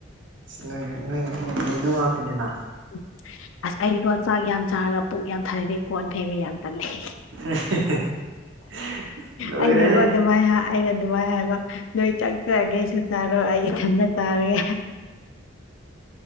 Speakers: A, on the right; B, on the left.
A: ꯅꯣꯏ ꯅꯣꯏ ꯅꯨꯄꯤꯒꯤꯗꯤ ꯑꯗꯨ ꯉꯥꯎꯔꯛꯇꯅꯤꯅ
B: ꯎ ꯑꯁ ꯑꯩꯗꯤꯀꯣ ꯆꯥꯛ ꯌꯥꯝ ꯆꯥꯔꯒ ꯄꯨꯛ ꯌꯥꯝ ꯊꯥꯅꯔꯦ ꯀꯣꯟꯊꯩꯕ ꯌꯥꯝ ꯇꯜꯅꯩꯦ
A: <unintelligible> <unintelligible> ꯂꯣꯏꯔꯦꯍꯦ
B: ꯑꯩꯅꯒꯣ ꯑꯗꯨꯃꯥꯏꯅ ꯑꯩꯅ ꯑꯗꯨꯃꯥꯏꯅ ꯍꯥꯏꯕ ꯅꯣꯏ ꯆꯠꯆꯔꯒꯦꯁꯨ ꯆꯥꯔꯣꯏ ꯑꯩ ꯏꯊꯟꯗ ꯆꯔꯦ